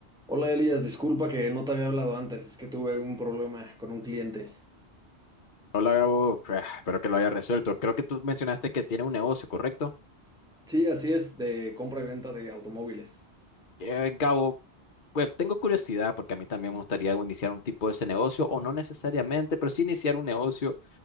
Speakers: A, in the centre; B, on the left.
A: Hola Elías, disculpa que no te había hablado antes, es que tuve un problema con un cliente.
B: Hola Gabo, Ah, espero que lo haya resuelto. Creo que tú mencionaste que tiene un negocio, ¿correcto?
A: Sí, así es, de compra y venta de automóviles,
B: Eh, Gabo, pues tengo curiosidad porque a mí también me gustaría bueno, iniciar un tipo de ese negocio, o no necesariamente, pero sí iniciar un negocio.